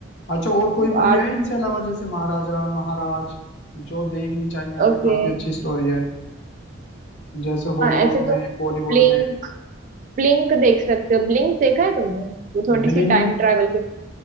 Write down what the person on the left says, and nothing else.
अच्छा और कोई मूवी
है इनसे अलावा जैसे महाराजा महाराज जो देखनी चाहिए हमें
काफी अच्छी स्टोरी है जैसे हॉलीवुड
में
बॉलीवुड
में
ब्लिंक